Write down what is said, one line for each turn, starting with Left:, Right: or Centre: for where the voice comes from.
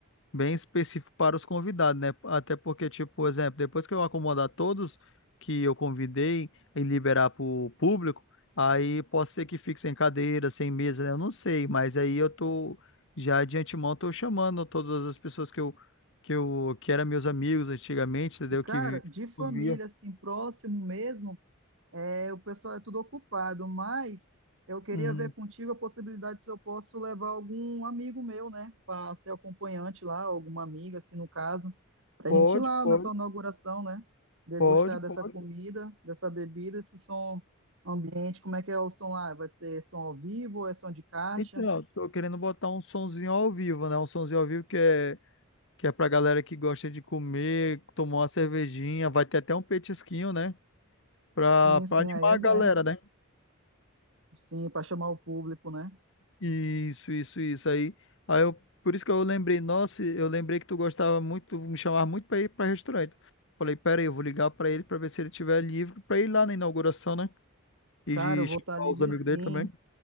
Left: bem específico para os convidados, né? Até porque, tipo, por exemplo, depois que eu acomodar todos que eu convidei e liberar para o público, aí pode ser que fique sem cadeira, sem mesa, né? Eu não sei, mas aí eu tô já de antemão tô chamando todas as pessoas que eu que eu que eram meus amigos antigamente, entendeu?
Right: Cara,
Left: Que
Right: de família,
Left: eu via.
Right: assim, próximo mesmo, é, o pessoal é tudo ocupado, mas eu queria
Left: Uhum.
Right: ver contigo a possibilidade se eu posso levar algum amigo meu, né? Para ser acompanhante lá, alguma amiga, assim, no caso, para
Left: Pode,
Right: a gente ir lá
Left: pode,
Right: nessa inauguração, né? Degustar
Left: pode, pode.
Right: dessa comida, dessa bebida, esse som ambiente, como é que é o som lá? Vai ser som ao vivo ou é som de caixa?
Left: Então, tô querendo botar um sonzinho ao vivo, né? Um sonzinho ao vivo que é, que é pra galera que gosta de comer, tomar uma cervejinha, vai ter até um petisquinho, né? Pra,
Right: Sim,
Left: pra
Right: sim,
Left: animar
Right: aí é
Left: a
Right: bom.
Left: galera, né?
Right: Sim, para chamar o público, né?
Left: Isso, isso, isso aí. Aí eu, por isso que eu lembrei, nossa, eu lembrei que tu gostava muito, me chamava muito pra ir pra restaurante. Falei, pera aí, eu vou ligar pra ele pra ver se ele tiver livre pra ir lá na inauguração, né? E
Right: Cara,
Left: de
Right: eu vou
Left: chamar
Right: estar livre
Left: os amigos
Right: sim.
Left: dele também.